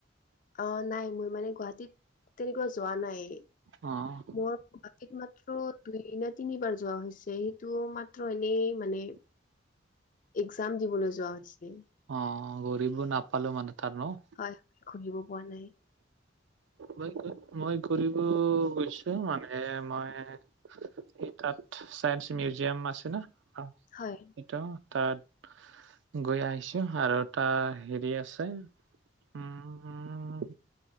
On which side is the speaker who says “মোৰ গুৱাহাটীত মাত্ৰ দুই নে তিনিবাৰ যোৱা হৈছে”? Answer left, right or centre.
Left